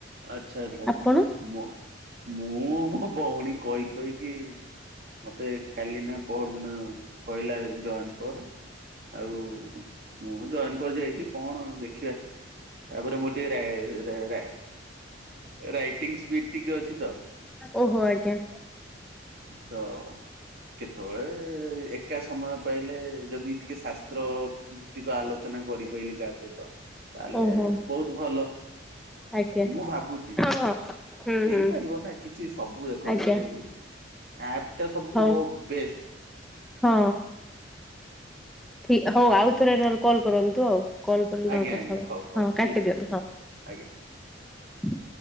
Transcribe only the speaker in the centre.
ଆପଣ
ଓହୋ ଆଜ୍ଞା।
ଓହୋ
ଆଜ୍ଞା।
ହଁ ହଁ ହୁଁ
ହୁଁ
ଆଜ୍ଞା
ହଉ
ହଁ। ଠିକ ହଉ ଆଉଥରେ ନଲେ କଲ୍ କରନ୍ତୁ ଆଉ କଲ କରିଲେ
କଥା
ହଁ
କାଟି ଦିଅନ୍ତ
ହଁ।